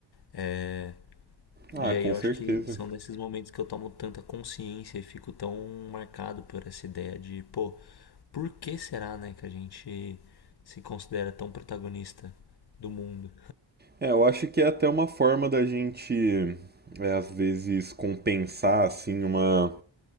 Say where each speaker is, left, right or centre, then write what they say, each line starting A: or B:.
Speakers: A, on the left; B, on the right.
A: É,
B: Ah,
A: e
B: com
A: aí eu
B: certeza.
A: acho que são nesses momentos que eu tomo tanta consciência e fico tão marcado por essa ideia de, pô, por que será, né, que a gente se considera tão protagonista do mundo?
B: É, eu acho que é até uma forma da gente, é, às vezes, compensar, assim, uma,